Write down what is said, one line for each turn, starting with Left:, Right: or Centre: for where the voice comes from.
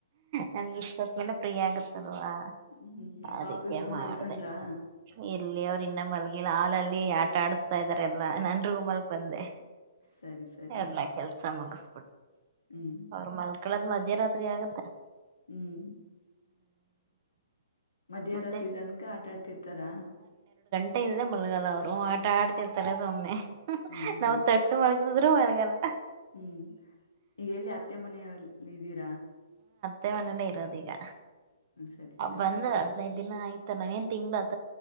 Right: ನನ್ಗೆ ಇಷ್ಟತ್್ಮೇಲೆ ಫ್ರೀ ಆಗುತ್ತ ಾ
Left: ಹ್ಮ್ ಹ್ಮ್
Right: ಅದಕ್ಕೆ
Left: ಪಾಪ ಇಬ್ರು
Right: ಮಾಡಿದೆೇ
Left: ಮಲ್ಕಂಡ್ರಾ
Right: ಇಲ್ಲಿ ಅವ್ರು ಇನ್ನ ಮಲಗಿಲ್ಲ ಹಾಲಲ್ಲಿ ಆಟ ಆಡಸ್ತಾ ಇದಾರೆ ಎಲ್ಲಾ ನನ್ ರೂಮಲ್ ಬಂದೆ
Left: ಸರಿ ಸರಿ
Right: ಎಲ್ಲ ಕೆಲ್ಸ ಮುಗಿಸ
Left: ಹ್ಮ್
Right: ಅವ್ರ ಮಲ್ಕ ಇಳರ ಸಯದ
Left: ಹ್ಮ್ ಮಧ್ಯರಾತ್ರಿ
Right: ಮತ್ತೆ
Left: ತನಕ ಆಟಾಡ್ತಿರ್ತಾರಾ
Right: ಆಟ ಇಲ್ದೆ ಬಲ್ಗಲ್ಲ ಅವರು ಆಟ ಆಡ್ತಿರ್ತಾರೆ ಸೊಮ್ಮ್ನೆ
Left: ಹ್ಮ್
Right: ನಾವ್
Left: ಹ್ಮ್
Right: ತೊಟ್ಟು ಮಲಗಸಿದ್ರೂ ಮರಗಲ್ಲ
Left: ಹ್ಮ್ ಈಗ ಎಲ್ಲಿ ಅತ್ತೆ ಮನೆಯಲ್ಲ ಇದೀರ ಹ
Right: ಮೆ ಮನೇ ಇರೋದ ಈಗ
Left: ಸರಿ ಸರಿ
Right: ಬಂದ ಹದ್ಿನೈದು ದಿನ ಆಯ್ತು ನ ತಿಂಗಗಳಾ